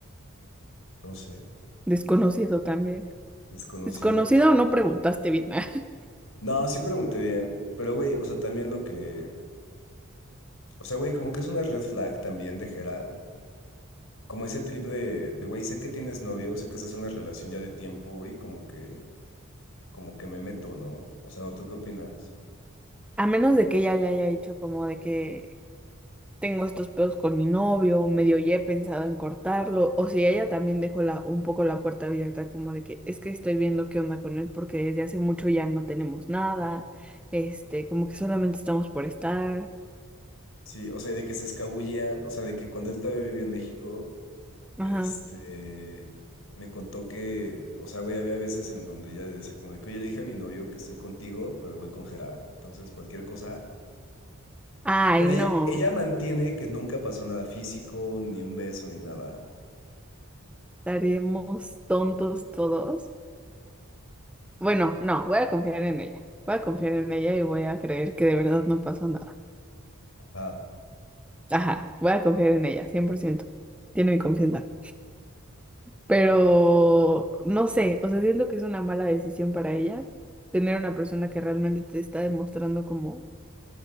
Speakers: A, on the left; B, in the centre.
A: No sé.
B: Desconocido también.
A: Desconocido.
B: Desconocido o no preguntaste bien. <laughs>
A: No, sí pregunté bien, pero güey, o sea, también lo que, o sea, güey, como que es una red flag también de Jera, como ese trip de, de güey, sé que tienes novio, sé que estás en una relación ya de tiempo y como que, como que me meto, ¿no? O sea, ¿o ¿tú qué opinas?
B: A menos de que ella le haya dicho como de que tengo estos pedos con mi novio, o medio ya he pensado en cortarlo, o si ella también dejó la, un poco la puerta abierta como de que es que estoy viendo qué onda con él porque desde hace mucho ya no tenemos nada, este, como que solamente estamos por estar.
A: Sí, o sea, de que se escabullía, o sea, de que cuando él todavía vivía en México, este,
B: Ajá.
A: me contó que, o sea, güey, había veces en donde ella decía como de que, oye, le dije a mi novio que estoy contigo, pero voy con Jera, entonces cualquier cosa.
B: Ay,
A: Pero
B: no.
A: ella, ella mantiene que nunca pasó nada físico, ni un beso, ni nada.
B: Estaremos tontos todos. Bueno, no, voy a confiar en ella. Voy a confiar en ella y voy a creer que de verdad no pasó nada.
A: Ajá.
B: Ajá, voy a confiar en ella, cien por ciento Tiene mi confianza. Pero no sé, o sea, siento que es una mala decisión para ella tener una persona que realmente te está demostrando como